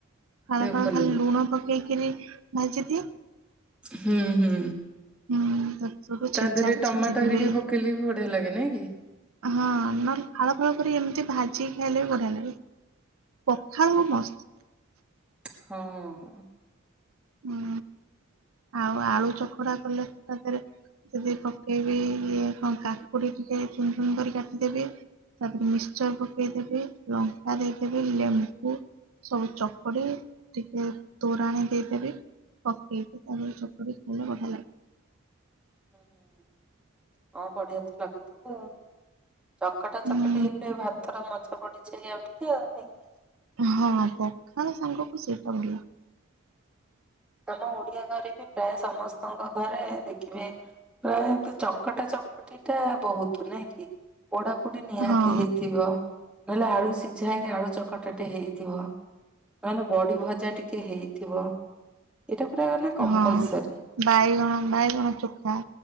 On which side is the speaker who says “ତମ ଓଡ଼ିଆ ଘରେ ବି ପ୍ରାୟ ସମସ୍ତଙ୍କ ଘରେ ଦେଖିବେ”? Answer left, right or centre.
Centre